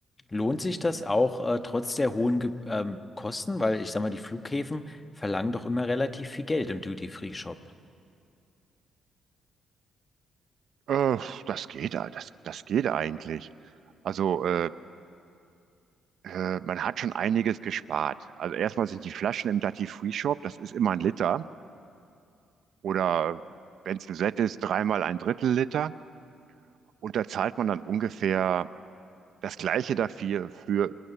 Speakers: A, on the left; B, on the right.
A: Lohnt sich das auch äh, trotz der hohen Ge ähm, Kosten? Weil ich sag mal, die Flughäfen verlangen doch immer relativ viel Geld im Duty-Free-Shop.
B: Äh, das geht, äh, das, das geht eigentlich. Also, äh, äh, man hat schon einiges gespart. Also erstmal sind die Flaschen im Duty Free Shop, das ist immer ein Liter. Oder wenn es ein Set ist, dreimal ein Drittel Liter. Und da zahlt man dann ungefähr das gleiche dafür für,